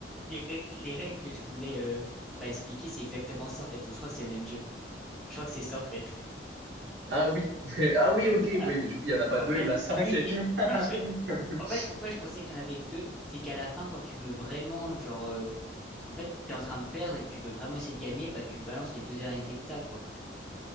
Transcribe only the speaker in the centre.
les règles, les règles que je voulais euh, bah, expliquer, c'est exactement ça en fait. Donc, je crois que c'est le même jeu. Je crois que c'est ça en fait.
<laughs>
En
fait,
oui.
<laughs> En fait, en fait, pourquoi je pensais qu'il y en avait que deux, c'est qu'à la fin, quand tu veux vraiment, genre, euh, en fait, t'es en train de perdre et que tu veux vraiment essayer de gagner, bah, tu balances les deux derniers dès que t'as, quoi.